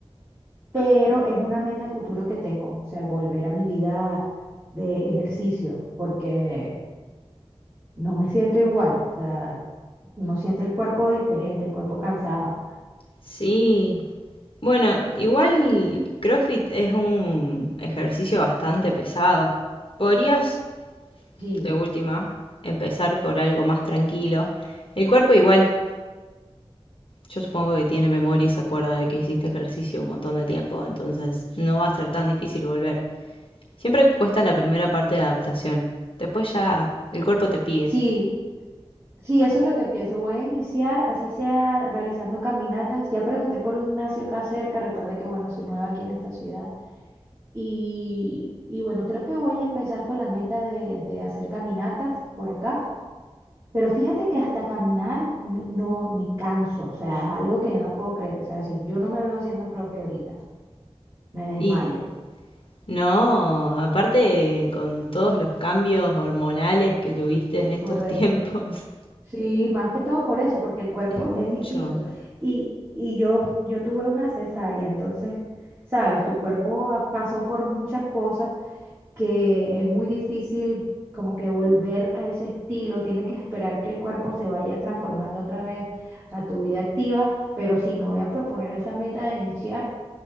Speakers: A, on the right; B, on the left.
A: pero es una meta futuro que tengo, o sea, volver a mi vida de ejercicio, porque no me siento igual, o sea, uno siente el cuerpo diferente, el cuerpo cansado.
B: Sí. Bueno, igual CrossFit es un ejercicio bastante pesado. Podrías,
A: Sí,
B: de última, empezar por algo más tranquilo. El cuerpo igual, yo supongo que tiene memoria y se acuerda de que hiciste ejercicio un montón de tiempo, entonces no va a ser tan difícil volver. Siempre cuesta la primera parte de adaptación. Después ya el cuerpo te pide.
A: sí, sí, eso es lo que pienso. Voy a iniciar, así sea, realizando caminatas. Ya pregunté por un gimnasio acá cerca, recuerda que, bueno, soy nueva aquí en esta ciudad. Y, y bueno, creo que voy a empezar con la meta de, de hacer caminatas por acá. Pero fíjate que hasta caminar no, no- me canso, o sea, es algo que yo no puedo creer. O sea, si yo no me veo haciendo CrossFit ahorita, me desmayo.
B: Y no, aparte con todos los cambios hormonales que tuviste
A: Eh,
B: en estos
A: correcto.
B: <laughs> tiempos.
A: Sí, más que todo por eso, porque el cuerpo
B: Es mucho.
A: es distinto. Y, y yo, yo tuve una cesárea, entonces, sabes, tu cuerpo ha- pasó por muchas cosas que es muy difícil como que volver a ese estilo, tienes que esperar que el cuerpo se vaya transformando otra vez a tu vida activa, pero sí, me voy a proponer esa meta de iniciar.